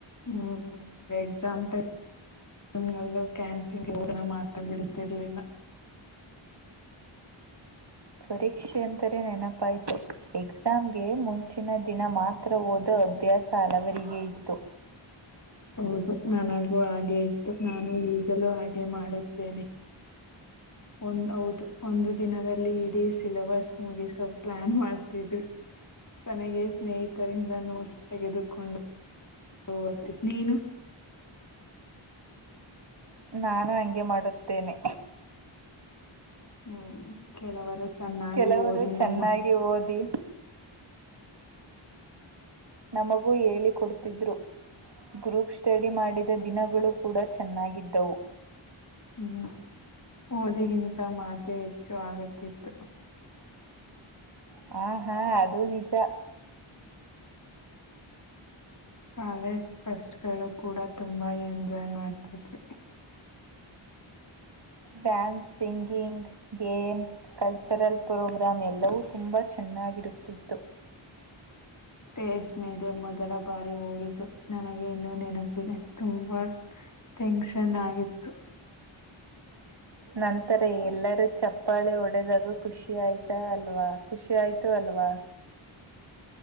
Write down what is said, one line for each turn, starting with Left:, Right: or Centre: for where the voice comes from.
Left: ಹ್ಮ್ ಎಕ್ಸಾಂಪಲ್ ಕ್ಯಾಂಟೀನ್ ಹ ಮಾತಾಡ್ ರ್ಲಿಲ್ಲ
Right: ಪರೀಕ್ಷೆ ಅಂತರೆ ನೆನಪಾಯ್ತು ಎಕ್ಸಾಮ್ಗೆ ಮುಂಚಿನ ದಿನ ಮಾತ್ರ ಓಧುದು ಅಭ್ಯಾಸ ಹಲವರಿಗೆ ಇತ್ತು
Left: <inaudible> ಹೌದು ನನಗೂ ಹಾಗೆ ಇತ್ತು ನಾನು ಈಗಲೂ ಹಾಗೆ ಮಾಡುತ್ತೇನೆ ಒಂದ ಹೌದು ಒಂದು ದಿನದಲ್ಲಿ ಇಡೀ ಸಿಲೆಬಸ್ ಮುಗಧಾ ಸ್ವಲ್ ಪ್ಲಾನ್ ಮಾಡ್ತಿದ್ವಿ ಕೊನೆಗೆ ಸ್ನೇಹಿತರಿಂದ ನೋಟ್ಸ್ ತೆಗೆದುಕೊಂಡು ಹತ್ತ ನೀನು
Right: ನಾನು ಹಂಗೆ ಮಾಡುತ್ತೇನೆ
Left: ಹ್ಮ್ ಕೆಲವರು ಚೆನ್ನಾಗಿ
Right: ಕೆಲವರು
Left: ಓದಿ
Right: ಚೆನ್ನಾಗಿ
Left: ನಮ್ಮ
Right: ಓದಿ ನಮಗೂ ಹೇಳಿಕೊಡ್ತಿದ್ರು ಗ್ರೂಪ್ ಸ್ಟಡಿ ಮಾಡಿದ ದಿನಗಳು ಕೂಡ ಚೆನ್ನಾಗಿದ್ದವು.
Left: ಹ್ಮ ಒದಗ ಮಾತೆ ಹೆಚ್ಚು ಆಗುತ್ತಿತ್ತು
Right: ಹ ಹಾ ಅದು ನಿಜ
Left: ಕಾಲೇಜ್ ಫಸ್ಟ್ಗಳು ಕೂಡ ತುಂಬಾ ಎಂಜಾಯ್ ಮಾಡ್ತಿದ್ವಿ
Right: dance singing games cultural programme ಎಲ್ಲವೂ ತುಂಬಾ ಚೆನ್ನ ಚೆನ್ನಾಗಿರುತ್ತಿತ್ತು
Left: <unintelligible> ಸ್ಟೇಜ್ ಮೇಲೆ ಮೊದಲ ಬಾರಿ ಹೋಗಿದ್ದು ನನಗೆ ಇನ್ನೂ ನೆನಪಿದೆ ತುಂಬಾ ಟೆನ್ಷನ್ ಆಗಿತ್ತು
Right: ನಂತರ ಎಲ್ಲರೂ ಚಪ್ಪಾಳೆ ಹೊಡೆದರು.. ಖುಷಿ ಆಯ್ತಾ ಅಲ್ವಾ ಖುಷಿ ಆಯ್ತು ಅಲ್ವಾ..